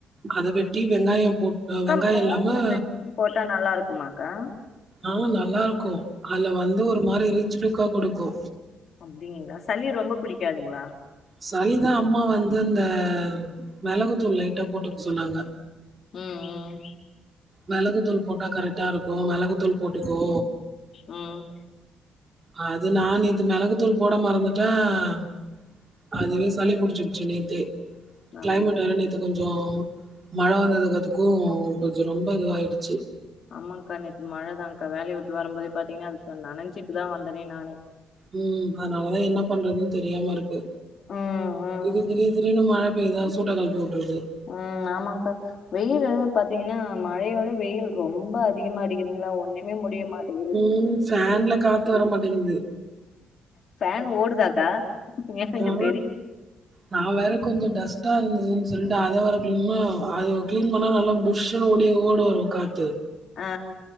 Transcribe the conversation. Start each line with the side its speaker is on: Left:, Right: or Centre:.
Right: அத வெட்டி வெங்காயம் போட்
Left: கா
Right: வெங்காயம்
Left: மோர்ல
Right: இல்லாம
Left: லெக்ஸன் போட்டா நல்லார்க்குமாக்கா
Right: ஆ நல்லாருக்கு ஆல வந்து ஒரு மாரி ரீச் லுக்கா கொடுக்கு
Left: அப்டிகிங்ளா சளி ரொம்ப பிடிக்காதுங்ளா
Right: சளிதா அம்மா வந்து அந்தவ் மிளகுத்தூள் லைட்டா போட்டுக் சொன்னாங்க
Left: ம்ம்
Right: மெளகு தூள் போட்டா கரக்ட்டா இருக்கு மெளகுத்தூள் போட்டுக்கோ
Left: ம்
Right: அது நா நேத்து மெளகு தூள் போட மறந்துட்டே அம் அதுவே சளி புடிச்கிச்சி நேத்தே
Left: அப்டிங்களா
Right: க்ளைமேட் வேர நேத்து கொஞ்சோ மழை வந்ததுக் அதுக் க்கு கொஞ்சு ரொம்ப இதுவாய்டுச்சு
Left: ஆமான்க்கா நேத்து மழ தான்க்கா வேலைய விட் வரம் போதே பாத்தீங்கா அதுக் சன் நனஞாசிட்டுதா வந்ததே நானு
Right: ம்ம் அனாலதா என்ன பண்றதுன் தெரியாம ருக்கு
Left: ம் ம்
Right: இது திடீர் திடீர்னு மழ பெய்தா சூட்டக் களப்பி வுட்றுது
Left: ஆ ஆமான்க்கா வெயில் எழு பாத்தீங்னா மழையோட வெயில் ரொம்ப அதிகமா அடிக்குதுங்ளா ஒண்ணுமே முடிய மாட்டது
Right: இன் ஃபேன்ல காத்து வரமாட்டேங்து
Left: ஃபேன் ஓடுதாக்கா எனக்கு
Right: ஆ
Left: தெரியு
Right: நா வேற கொஞ்சு டஸ்ட்டா இருந்ததுன் சொல்ட்டு அத வேற கும்மா அயோவ் க்ளீன் பண்ணா நல்லா புஷ் ஷ்ஷுண்ணு ஓடி ஓடோரு காத்து
Left: அ ஆ